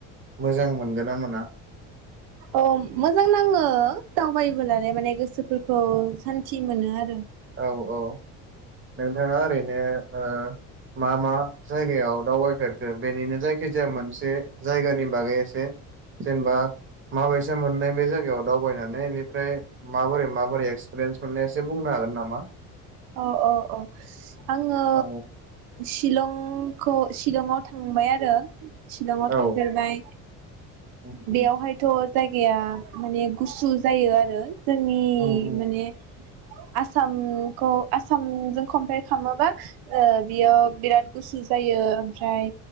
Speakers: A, on the right; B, on the right.
A: मोजां मोनगोन ना मोना?
B: अ मोजां नाङो दावबायोबोला माने गोसोफोरखौ सान्थि मोनो आरो
A: औ औ। नोंथाङा ओरैनो ओ। मा मा जायगायाव दावबायफेरखो बेनिनो जायखि जाया मोनसे जायगानि बागै एसे जेनेबा माबैसे मोननाय बे जायगायाव दावबायनानै बेनिफ्राय माबोरै माबोरै एक्सपिरेन्स मोननाया एसे बुंनो हागोन नामा? <inaudible>
B: अ अ अ। आङो
A: औ
B: शिलं आंखौ शिलंआव थांबाय आरो शिलंआव
A: औ
B: थांफेरबाय
A: उम उम
B: बेयावहायथ' जायगाया माने गुसु जायो आरो। जोंनि
A: उम
B: माने आसाम औ आसामजों कमपयार खालामोबा बियाव बिराद गुसु जायो ओमफ्राय